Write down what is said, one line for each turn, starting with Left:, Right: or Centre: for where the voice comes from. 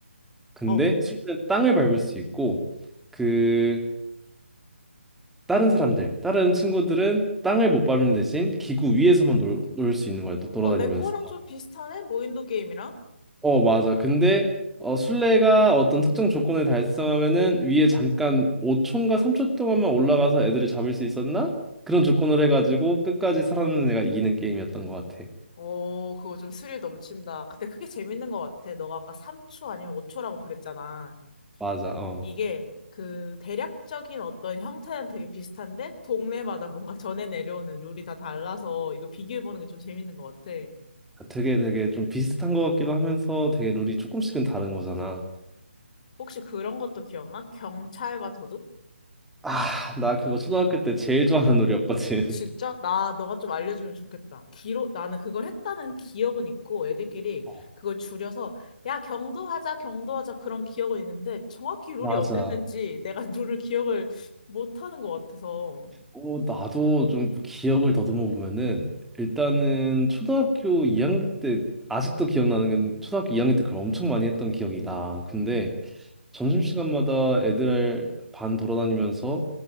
Centre: 근데
Left: 어,
Centre: 술래는 땅을 밟을 수 있고 그 다른 사람들, 다른 친구들은 땅을 못 밟는 대신 기구 위에서만 놀 수 있는 거야. 너 돌아다니면서.
Left: 어, 내 거랑 좀 비슷하네? 무인도 게임이랑?
Centre: 어 맞아. 근데 어 술래가 어떤 특정 조건을 달성하면은 위에 잠깐 5초인가 3초 동안만 올라가서 애들을 잡을 수 있었나? 그런 조건을 해가지고 끝까지 살아남는 애가 이기는 게임이었던 것 같아.
Left: 어, 그거 좀 스릴 넘친다. 근데 그게 재밌는 것 같아. 너가 아까 3초 아니면 5초라고 그랬잖아.
Centre: 맞아. 어.
Left: 이게 그 대략적인 어떤 형태는 되게 비슷한데 동네마다 뭔가 전해 내려오는 룰이 다 달라서 이거 비교해보는 게 좀 재밌는 것 같아.
Centre: 되게 되게 좀 비슷한 것 같기도 하면서 되게 룰이 조금씩은 다른 거잖아.
Left: 혹시 그런 것도 기억나? 경찰과 도둑?
Centre: 아, 나 그거 초등학교 때 제일 좋아하는 룰이었거든.
Left: 진짜? 나, 너가 좀 알려주면 좋겠다. 기록, 나는 그걸 했다는 기억은 있고, 애들끼리
Centre: <laughs> 어,
Left: 그걸 줄여서, 야, 경도하자, 경도하자, 그런 기억은 있는데, 정확히 룰이
Centre: 맞아.
Left: 어땠는지 내가 <laughs> 룰을 기억을 못하는 것 같아서.
Centre: 어, 나도 좀 기억을 더듬어 보면은 일단은 초등학교 2학년 때 아직도 기억나는 건 초등학교 2학년 때 그걸 엄청 많이 했던 기억이 나. 근데
Left: 응,
Centre: 점심시간마다 애들 반 돌아다니면서